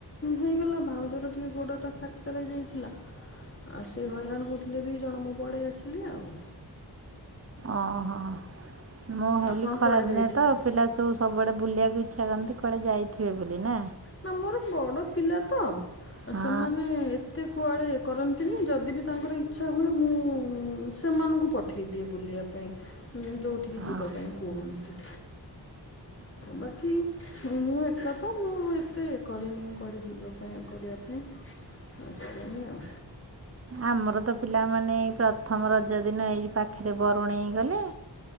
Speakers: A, on the left; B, on the right.
A: ହେଇଗଲା ଭାଉଜର ଟିକେ ଗୋଡ ଟା ଫ୍ରାକ୍ଚର ହେଇଯାଇଥିଲା ଆଉ ସେ ହଇରାଣ ହଉଥିଲା। ହେଲେ ଦୁଇ ଜଣ ମୁଁ ପଳେଇ ଆସିଲି ଆଉ।
B: ଓହୋ ମୁଁ ଭାବିଲି
A: ଆପଣ
B: ଖରା
A: କୁଆଡ଼େ
B: ଦିନିଆଁ
A: ଯାଇଥିଲେ?
B: ତ ପିଲା ସବୁ ସବୁଆଡ଼ଳେ ବୁଲିବାକୁ ଇଚ୍ଛା କରନ୍ତି କୁଆଡ଼େ ଯାଇଥିବେ ବୋଲି ନା?
A: ନା ମୋର ବଡ଼ ପିଲା ତ
B: ହଁ
A: ସେମାନେ ଏତେ କୁଆଡ଼େ କରନ୍ତିନି ଯଦି ବିି ତାଙ୍କର ଇଚ୍ଛା ହୁଏ ମୁଁ ସେମାନଙ୍କୁ ପଠାଇଦିଏ ବୁଲିବା ପାଇଁ। ପାଇଁ ଯେଉଁଠିକି ଯିବା
B: ଓହୋ।
A: ପାଇଁ କୁହନ୍ତି? ବାକି ମୁଁ ଏକା ତ ମୁଁ ଏତେ କରିନି କୁଆଡ଼େ ଯିବା ପାଇଁ କରିବା ପାଇଁ। ଆତ କନି ଆଉ।
B: ଆମର ତ ପିଲାମାନେ ଏଇ ପ୍ରଥମ ରଜ ଦିନ ଏଇ ପାଖରେ ବରୁଣେଇଗଲେ।